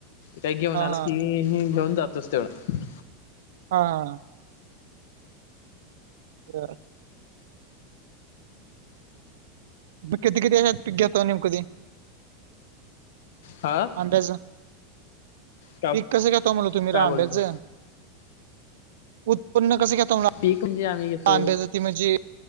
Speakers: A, on the left; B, on the right.
A: काही घेऊन
B: हा
A: आला
B: हा
A: ती ह घेऊन जातोच तेवढं.
B: हा हा. बर. ब किती किती ह्याच्यात पीक घेतो नेमका तो
A: हा
B: अंदाज
A: काय
B: पीक कसं घेतो म्हणाव तुम्ही
A: काय
B: आंब्याचं?
A: बोलतो
B: उत्पन्न कसं घेतो म्हणलं
A: पीक म्हणजे आम्ही घेतो
B: आंब्याचं ते म्हणजे